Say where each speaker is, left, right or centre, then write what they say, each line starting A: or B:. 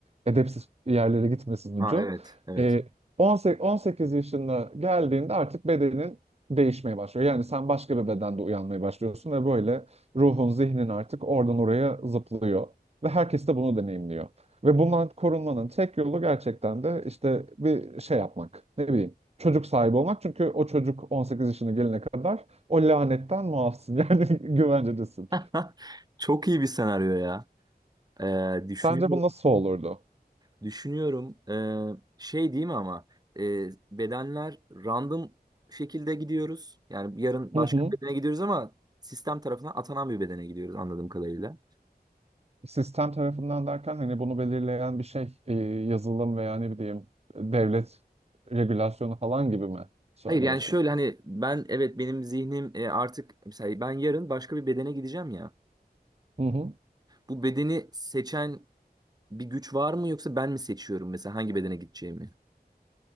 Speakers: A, on the right (about 40°); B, on the right (about 25°).
A: edepsiz yerlere gitmesin ucu.
B: ha evet, evet.
A: E, 18, 18 yaşında geldiğinde artık bedenin değişmeye başlıyor. Yani sen başka bir bedende uyanmaya başlıyorsun ve böyle ruhun, zihnin artık oradan oraya zıplıyor ve herkes de bunu deneyimliyor. Ve bundan korunmanın tek yolu gerçekten de işte bir şey yapmak. Ne bileyim çocuk sahibi olmak. Çünkü o çocuk 18 yaşına gelene kadar o lanetten muafsın. <laughs> Yani güvencedesin.
B: <laughs> Çok iyi bir senaryo ya. Ee, düşünüyorum,
A: Sence bu nasıl olurdu?
B: düşünüyorum. Ee, şey değil mi ama e, bedenler random şekilde gidiyoruz. Yani yarın başka
A: Hı hı.
B: bir bedene gidiyoruz ama sistem tarafından atanan bir bedene gidiyoruz anladığım kadarıyla.
A: Sistem tarafından derken hani bunu belirleyen bir şey e, yazılım veya ne bileyim devlet regülasyonu falan gibi mi söylüyorsun?
B: Hayır yani şöyle hani ben evet benim zihnim e, artık mesela ben yarın başka bir bedene gideceğim ya.
A: Hı hı.
B: Bu bedeni seçen bir güç var mı yoksa ben mi seçiyorum mesela hangi bedene gideceğimi?